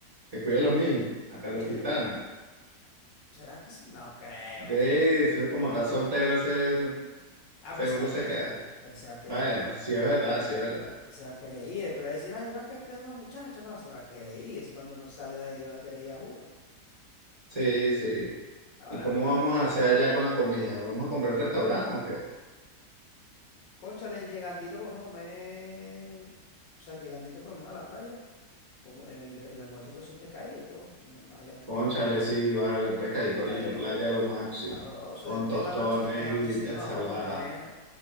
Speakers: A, on the right; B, on the left.
A: que cuide a los niños, a
B: Cónchale,
A: Carlos Quintana.
B: yo. ¿Será que sí? No creo.
A: Que
B: o sea, no.
A: ese, como está soltero, ese
B: Ah,
A: seguro
B: pero se va a querer
A: se queda.
B: ir. Pero se va a querer
A: Bueno,
B: ir.
A: sí es verdad, sí es verdad.
B: Se va a querer ir, después va a decir, ah, yo me voy a quedar cuidando a los muchachos. No, se no va a querer ir. Ese cuando no salga de ahí va a querer ir, a juro.
A: Sí, sí.
B: Ah, bueno,
A: ¿Y cómo
B: bueno, pero
A: vamos a hacer allá con la comida? ¿Vamos a comprar en restaurante o qué?
B: cónchale, llegandito podemos comer. O sea, llegandito por lo menos a la playa. Vamos, el, el almuerzo puede ser un pescadito en el, allá en
A: Cónchale,
B: la isla.
A: sí, vale, un pescadito
B: Pescadito,
A: a orilla de playa lo máximo,
B: sabroso.
A: con
B: Después
A: tostones
B: en la noche, en la nochecita
A: y ensalada,
B: nos vamos a comer,